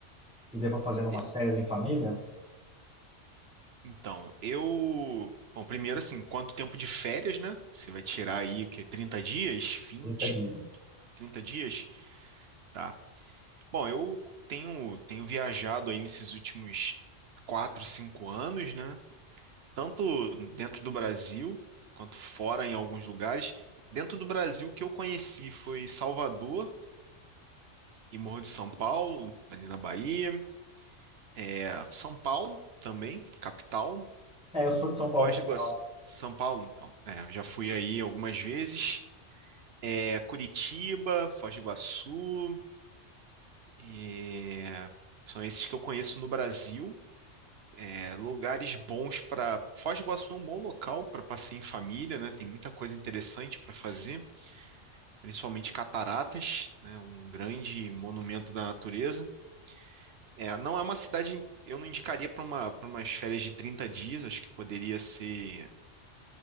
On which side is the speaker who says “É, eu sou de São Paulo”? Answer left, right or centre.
Centre